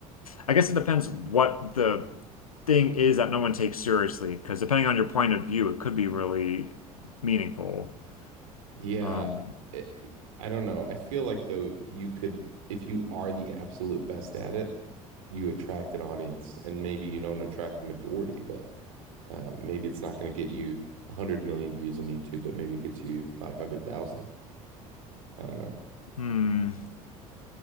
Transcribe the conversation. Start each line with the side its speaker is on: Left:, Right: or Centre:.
Left: I guess it depends what the thing is that no one takes seriously, because depending on your point of view, it could be really meaningful.
Right: yeah.
Left: Um,
Right: It, I don't know. I feel like though you could, if you are the absolute best at it, you attract an audience, and maybe you don't attract the majority, but. um, maybe it's not going to get you 100 million views on YouTube, but maybe it gets you 500,000. I don't know.
Left: hmm.